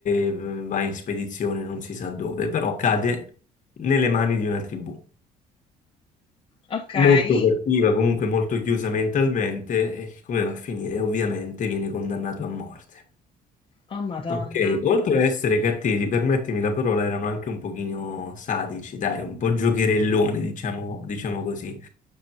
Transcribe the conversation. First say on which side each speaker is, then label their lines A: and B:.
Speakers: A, on the left; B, on the left.
A: eh, va in spedizione, non si sa dove, però cade nelle mani di una tribù.
B: okay.
A: Molto cattiva, comunque molto chiusa mentalmente, e come va a finire? Ovviamente viene condannato a morte.
B: Oh madonna,
A: Ok, oltre a essere cattivi, permettimi la parola, erano anche un pochino sadici, dai, un po' giocherelloni, diciamo, diciamo così.